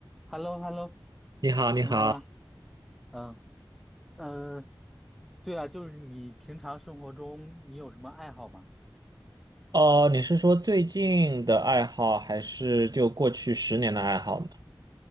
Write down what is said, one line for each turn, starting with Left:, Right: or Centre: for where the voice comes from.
Centre: h e l l o h e l l o
Right: 你好，你好。
Centre: 你好吗？嗯嗯，呃对啊，就是你平常生活中你有什么爱好吗？
Right: 哦，你是说最近的爱好，还是就过去十年的爱好呢？